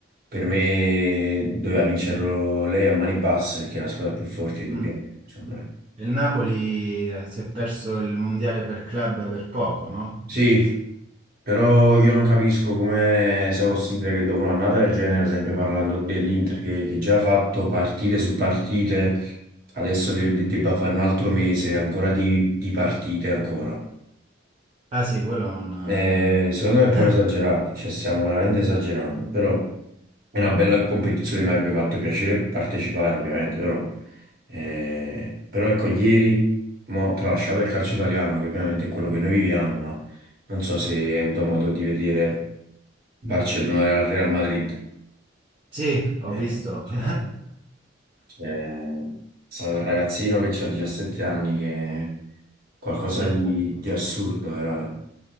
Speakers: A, on the right (about 45°); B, on the right (about 30°).
A: per me doveva vincerlo lei a mani basse, perché è la squadra più forte, indubbiamente.
B: Mm.
A: secondo me.
B: Il Napoli eh, si è perso il mondiale per club per poco, no?
A: Sì, Però io non capisco come sia possibile che dopo un'annata del genere, per esempio parlando dell'Inter che, che già ha fatto partite su partite, adesso de- de- debba fare un altro mese ancora di, di partite ancora.
B: Ah sì, quello non...
A: Eh, secondo me
B: <laughs>
A: è proprio
B: eh.
A: esagerato, cioè stiamo veramente esagerando, però è una bella competizione, mi avrebbe fatto piacere partecipare ovviamente, però, eh, però ecco, ieri, mo, tralasciato il calcio italiano, che ovviamente è quello che noi viviamo, ma non so se hai avuto modo di vedere Barcellona Real Madrid,
B: Sì, ho
A: Eh,
B: visto.
A: no, cioè,
B: <laughs>
A: c'è stato un ragazzino che ha 17 anni che è qualcosa
B: Sì,
A: di,
B: ha fatto,
A: di assurdo, veramente.